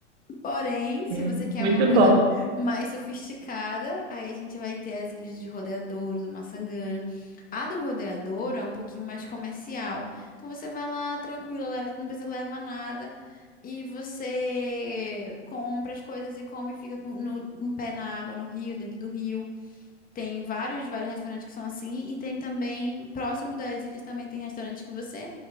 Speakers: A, on the left; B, on the right.
A: Porém, se
B: Hum,
A: você quer
B: Muito
A: uma coisa
B: bom.
A: mais sofisticada, aí a gente vai ter as ilhas de Rodeadouro, do Maçangano. A do Rodeadouro é um pouquinho mais comercial. Então você vai lá tranquila, leva- não precisa levar nada. E você compra as coisas e come e fica com, no- com o pé na água, no rio, dentro do rio. Tem vários, vários restaurantes que são assim, e tem também, próximo das ilhas, também tem restaurante que você